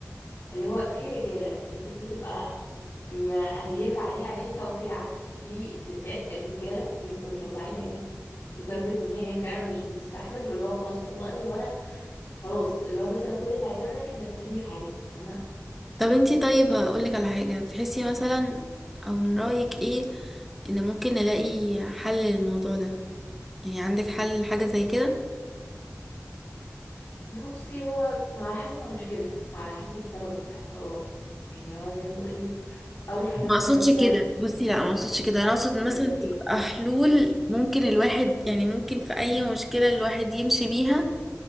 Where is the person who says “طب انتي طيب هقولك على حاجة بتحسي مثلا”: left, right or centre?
Centre